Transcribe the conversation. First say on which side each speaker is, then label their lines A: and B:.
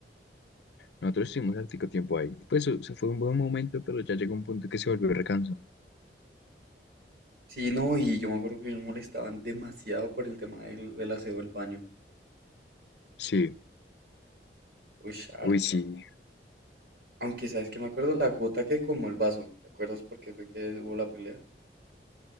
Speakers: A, on the left; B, on the right.
A: Nosotros estuvimos hartico tiempo ahí. Pues se fue un buen momento, pero ya llegó un punto que se volvió recansón.
B: Sí, no, y yo me acuerdo que ellos molestaban demasiado por el tema del, del aseo del baño.
A: Sí,
B: Uy, harto.
A: uy, sí.
B: Aunque sabes que me acuerdo la gota que colmó el vaso. ¿Te acuerdas por qué fue que hubo la pelea?